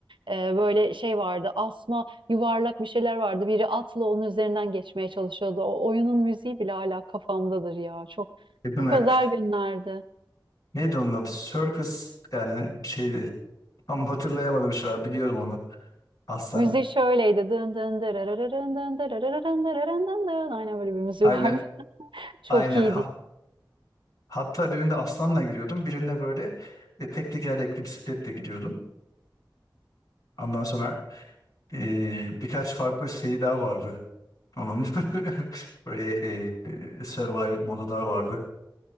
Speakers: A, on the right; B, on the left.
A: Ee, böyle şey vardı. Asma yuvarlak bir şeyler vardı. Biri atla onun üzerinden geçmeye çalışıyordu. O oyunun müziği bile hala kafamdadır ya. Çok
B: Değil
A: çok
B: mi?
A: özel günlerdi.
B: Neydi onun adı? Circus yani şeydi. Tam hatırlayamadım şu an. Biliyorum onu. Aslan.
A: Müziği şöyleydi. Dın dın dırarırın dın dırarırın dırarırın dın dın. Aynen böyle bir müziği
B: Aynen.
A: vardı. <laughs> Çok
B: Aynen.
A: iyiydi.
B: Ha. Hatta birinde aslanla gidiyordum. Birinde böyle e, tek tekerlekli bisikletle gidiyordum. Ondan sonra e, birkaç farklı şey daha vardı. Onun <laughs> böyle e, e, Survivor modu daha vardı.